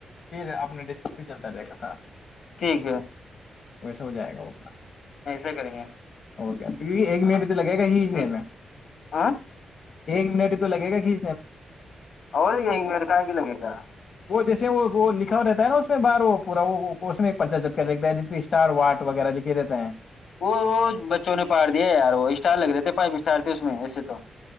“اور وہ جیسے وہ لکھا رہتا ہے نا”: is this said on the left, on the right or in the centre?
Left